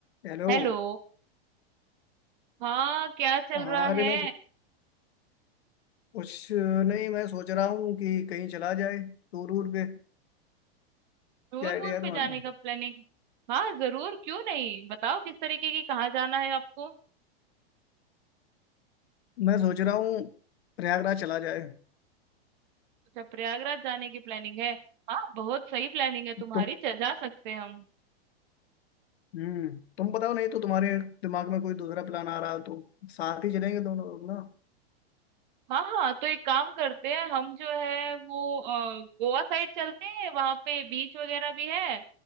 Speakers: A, on the left; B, on the right.
A: हेलो
B: Hello हाँ क्या चल
A: हाँ
B: रहा
A: अरे
B: है
A: मैं कुछ नहीं मैं सोच रहा हूँ कि कहीं चला जाए टूर वूर पे
B: टूर
A: क्या आइडिया
B: वूर
A: है
B: पे
A: तुम्हारा
B: जाने का प्लानिंग हाँ जरूर क्यों नहीं बताओ किस तरीके की कहाँ जाना है आपको
A: मैं सोच रहा हूँ प्रयागराज चला जाए
B: अच्छा प्रयागराज जाने की प्लानिंग है हाँ बहुत सही प्लानिंग है तुम्हारी
A: तुम
B: च- जा सकते हैं हम
A: हम्म तुम बताओ नहीं तो तुम्हारे दिमाग में कोई दूसरा प्लान आ रहा हो तो साथ ही चलेंगे दोनों लोग ना
B: हाँ हाँ तो एक काम करते हैं हम जो है वो अ, गोवा साइड चलते हैं वहाँ पे बीच वगैरह भी है